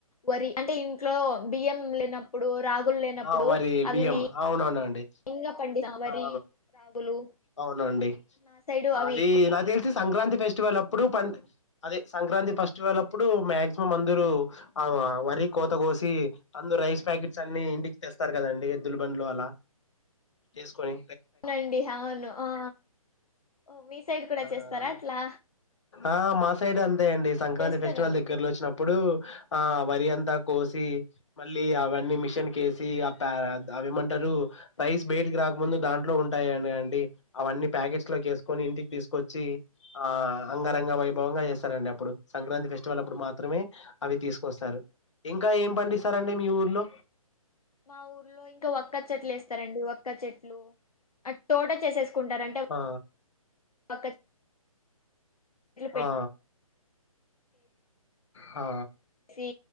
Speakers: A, on the left; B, on the left.
A: వరి అంటే ఇంట్లో బియ్యం లేనప్పుడు రాగులు లేనప్పుడు
B: ఆ వరి
A: అవి
B: బియ్యం
A: మెయి
B: అవునవునండి
A: యిన్గా పండిస్తాం వరి
B: ఆ
A: రాగులు
B: అవునండి
A: నాసైడు అవి
B: అది
A: ఎక్కు
B: నాకు తెలిసి సంక్రాంతి ఫెస్టివల్ అప్పుడు పండ్ అదే సంక్రాంతి ఫస్టివల్ అప్పుడు మాగ్జిమం అందరూ ఆ వరి కోత కోసి అంద్ రైస్ ప్యాకెట్స్ అన్ని ఇంటి తెస్తారు కదండి ఎద్దులు బండ్లు అలా ఏస్కొని
A: నండి హవును ఆ ఓ మీ సైడు కూడా
B: ఆ
A: చేస్తారా అట్లా
B: ఆ మా సైడ్ అంతే
A: ఆ
B: అండి సంక్రాంతి
A: చేస్తారవును
B: ఫెస్టివల్ దగ్గలో వచ్చినప్పుడు ఆ వరి అంతా కోసి మళ్ళీ అవన్నీ మిషన్ కే సి ఆ అవేమంటారు రైస్ బేటికి రాకముందు దాంట్లో ఉంటాయ అండి అవన్నీ ప్యాకెట్స్ లోకి ఏస్కొని ఇంటికి తీసుకొచ్చి ఆ అంగరంగ వైభవంగా చేస్తారండి అప్పుడు సంక్రాంతి ఫెస్టివల్
A: ఓ
B: అప్పుడు
A: అవునా
B: మాత్రమే అవి తీస్ కోస్తారు ఇంకా ఏం పండిస్తారండి
A: ఆ, అవునండి
B: మీ ఊర్లో
A: మా ఊర్లో ఇంకా వక్క చెట్లు ఏస్తారండి వక్క చెట్లు ఆద్ తోట చేసేస్కుంటారంట
B: ఆ
A: అక్క పెట్
B: ఆ ఆ
A: సి